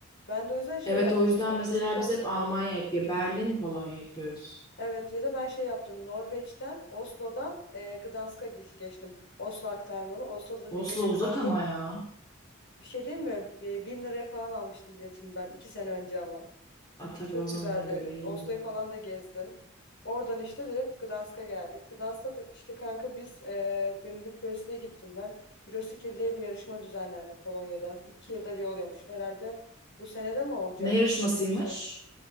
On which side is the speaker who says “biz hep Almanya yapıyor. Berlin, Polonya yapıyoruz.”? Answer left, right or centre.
Left